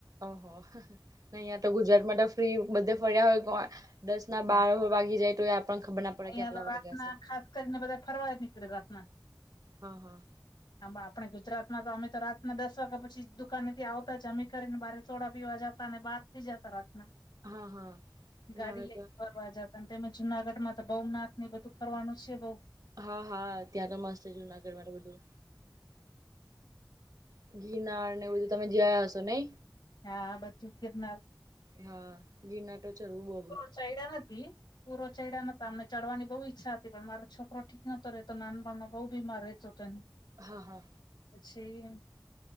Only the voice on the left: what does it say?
ગયા.
અહિયાં
તો
રાતના
ખાસ કરીને બધા ફરવાય નીકળે રાતના.
આંબા આપણે ગુજરાતમાં તો અમે તો રાતના દસ વાગ્યા પછી દુકાનેથી આવતા જ અમે કરીને બારે ચોડા પીવા જતા અને બાર થઈ જતા રાતના.
ગાડી
લઈ
ને ફરવા જતા તમે જુનાગઢ માં બહવનાથ ને બધું ફરવાનું છે બઉ
હા બ્ચું કિરનાર
પણ ચઢયા નથી. પૂરો ચડા્યા નતા અમને ચડવાની બહુ ઈચ્છા હતી પણ મારો છોકરો ઠીક નોતો રહેતો નાનપણમાં બહુ બીમાર રહેતો. ત.
પછી